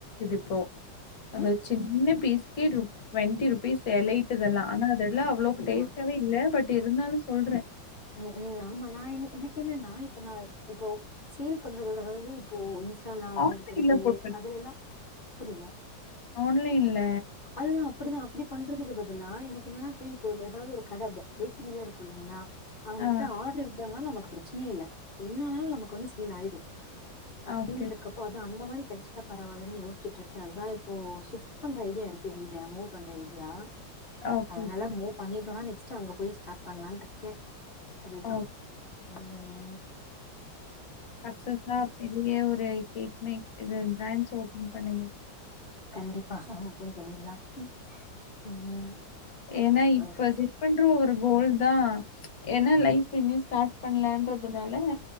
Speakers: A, on the left; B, on the left.
A: இப்போ அது
B: ஆ
A: சின்ன பீஸ் டி டுவன்ட்டி ருபீஸ் எலையட்டுதெல்லாம் ஆனா அதெல்லாம் அவ்வளோவுக்கு
B: அதுதா
A: டேஸ்ட்டாவே இல்ல பட் இருந்தாலும் சொல்றேன்
B: உம்ஹும் ஆமா நான் என் எனக்கு என்ன நான் இப்ப நான் இப்போ சேல் பண்ற அதவுது இப்போ இன்ஸ்டால ஆர்டர்
A: ஆன்லைன்ல
B: எடுக்கிறது
A: போட்ருங்க
B: அதுல எல்லாம் புரில
A: ஆன்லைன்ல
B: அதுதான் அப்படிதான் அப்டி பண்றதுக்கு பதிலா எனக்கு என்னன்னா போப்பய் இப்போ ஏதாவது ஒரு கட பேக்கரிலாம் இருக்கும் இல்லலைங்களா உங்ககிட்ட
A: ஆ
B: ஆர்டர் எடுத்து நமக்கு பிரச்சனையே இல்ல என்ன ஆனாலும் நமக்கு வந்து சேல் ஆயிடும் அப்படின்ற
A: ஆ ஓகே
B: இருக்கப்போ அது அந்த மாதிரி கெடைச்சிட்டா பரவாயில்லனு யோசிச்சுட்டு இருக்கக்கு அதுதான் இப்போ ஷிப்ட் பண்ற ஐடியா இருக்கு வீட மூவ் பண்ற ஐடியா
A: ஓகே
B: அதனால
A: ஓகே
B: மூ பண்ணிட்டோனா ஃபர்ஸ்ட் அங்க போய் ஸ்டார்ட் பண்ணலான்னு இருக்கேன் அதுதான்
A: ஓ
B: உம்
A: அசர் சா பெரிய ஒரு கே மெக் பிர இது பிரான்ச் ஓபன் பண்ணுங்க
B: கண்டிப்பா ஓப்பன் பண்ணிடலாம் உம்
A: ஏன்னா இப்ப
B: ஒகே
A: செட் பண்ற ஒரு கோல் தான் ஏன்னா லைஃப் இன்னும் ஸ்டார்ட் பண்ணலன்றதுனால